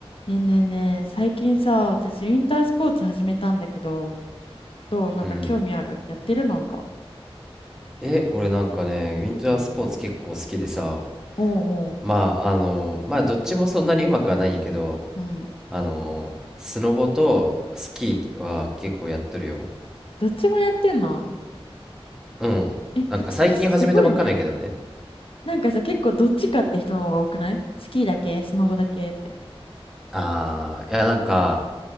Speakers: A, on the left; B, in the centre.
A: ねえねえねえ、最近さ、私、ウィンタースポーツ始めたんだけど、どうなんか興味あるやってるなんか。
B: うん。え、俺なんかね、ウィンタースポーツ結構好きでさ、
A: うん。おうお
B: まあ、あの、まあ、どっちもそんなにうまくはないんやけど、
A: う。うん。
B: あの、スノボとスキーは結構やっとるよ。
A: どっちもやってんの
B: うん。
A: え、普通、
B: なんか最近始めたばっかなんやけどね。
A: すごいね。なんかさ、結構どっちかって人の方が多くないスキーだけスノボだけって。
B: ああ、いや、なんか、